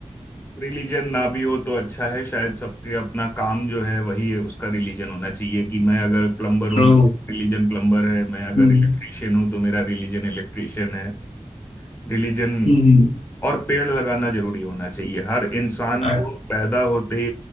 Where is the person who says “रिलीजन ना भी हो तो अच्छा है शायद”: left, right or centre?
Left